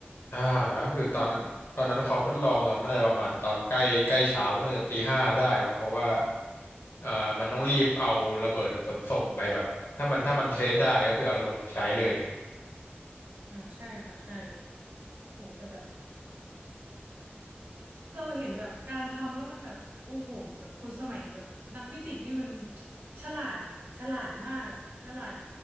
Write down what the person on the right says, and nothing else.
แต่
อ่าใช่ค่ะใช่โหแต่แบบเราเห็นแบบการทำแล้วมันแบบโอ้โหแบบคนสมัยแบบนักฟิสิกส์นี่มันฉลาดแบบฉลาดมากอะฉลาด